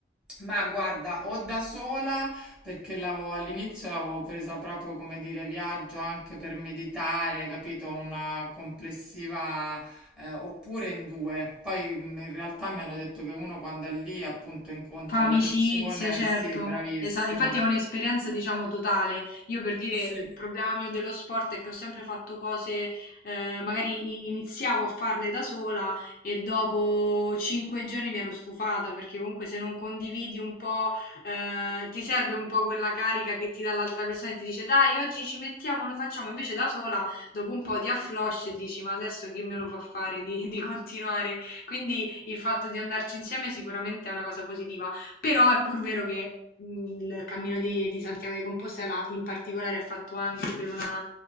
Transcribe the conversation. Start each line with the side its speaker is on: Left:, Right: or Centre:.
Centre: Ma guarda, o da sola, perché l'avevo- all'inizio l'avevo presa proprio come dire viaggio anche per meditare, capito? Una complessiva, eh, oppure in due. Poi mm, in realtà mi hanno detto che uno quando è lì appunto incontra
Left: Fa amicizia,
Centre: le persone,
Left: certo.
Centre: sì, bravissima.
Left: Esa- infatti è un'esperienza, diciamo, totale. Io per dire,
Centre: Sì.
Left: il problema mio dello sport è che ho sempre fatto cose, eh, magari i- iniziavo a farle da sola e dopo cinque giorni mi ero stufata, perché comunque se non condividi un po', eh, ti serve un po' quella carica che ti dà l'altra persona e ti dice, dai, oggi ci mettiamo, lo facciamo. Invece da sola, dopo un po' ti afflosci e dici, ma adesso chi me lo fa fare di <laughs> di continuare? Quindi il fatto di andarci insieme sicuramente è una cosa positiva. Però è pur vero che mh, il Cammino di, di Santiago di Compostela in particolare è fatto anche per una-